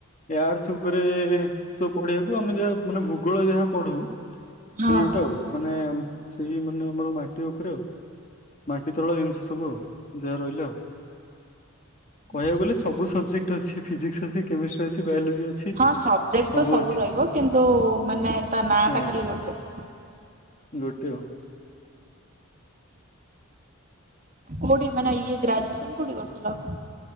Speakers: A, on the left (about 35°); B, on the right (about 35°).
A: ଆର୍ଥ ଉପରେ ସବୁ ପଢିବାକୁ ଆମେ ଯାହା ମାନେ ଭୂଗୋଳ ଯାହା ପଢୁ। ସେ
B: ହଁ
A: ଗୋଟେ
B: ହଁ।
A: ଆଉ, ମାନେ ସେଇ ମାନେ ଆମର ମାଟି ଉପରେ, ମାଟି ତଳ ଜିନିଷ ସବୁ ଯାହା ରହିଲା ଆ
B: ବୁଝିଲି
A: କହିବାକୁ ଗଲେ
B: ବୁଝିଲି।
A: ସବୁ ସବଜେକ୍ଟ ଅଛି- ଫିଜିକ୍ସ ଅଛି, କେମିଷ୍ଟ୍ରି ଅଛି, ବାୟୋଲୋଜି ଅଛି,
B: ହଁ ସବଜେକ୍ଟ
A: ସବୁ
B: ତ
A: ଅଛି।
B: ରହିବ କିନ୍ତୁ ମାନେ ତା ନାଁ
A: ହଁ
B: ଟା ଖାଲି ଗୋଟେ
A: ଗୋଟେ
B: କୋଉଠି ମାନେ ଇଏ ଗ୍ରାଜୁଏସନ କୋଉଠି କରୁଥିଲ?